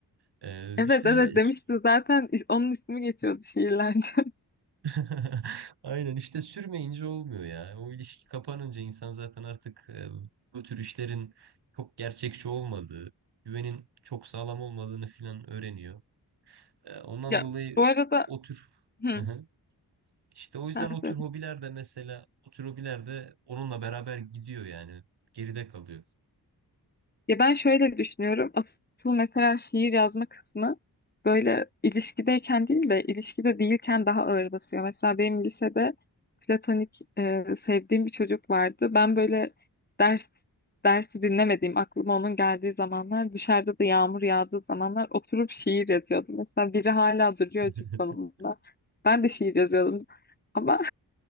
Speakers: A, on the right; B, on the left.
A: Ee,
B: Evet
A: işte
B: evet demiştin zaten is- onun ismi geçiyordu şiirlerde. <laughs>
A: <laughs> Aynen işte sürmeyince olmuyor ya. O ilişki kapanınca insan zaten artık e, bu tür işlerin çok gerçekçi olmadığı, güvenin çok sağlam olmadığını filan öğreniyor. E, ondan
B: Ya
A: dolayı
B: bu arada
A: o tür
B: hı,
A: Hı hı. işte o yüzden
B: sen
A: o
B: söyle.
A: tür hobiler de mesela o tür hobiler de onunla beraber gidiyor yani geride kalıyor.
B: Ya ben şöyle düşünüyorum. Asıl mesela şiir yazma kısmı böyle ilişkideyken değil de ilişkide değilken daha ağır basıyor. Mesela benim lisede platonik e, sevdiğim bir çocuk vardı. Ben böyle ders dersi dinlemediğim, aklıma onun geldiği zamanlar, dışarıda da yağmur yağdığı zamanlar oturup şiir yazıyordum. Mesela biri hala duruyor
A: <laughs>
B: cüzdanımda. Ben de şiir yazıyordum. Ama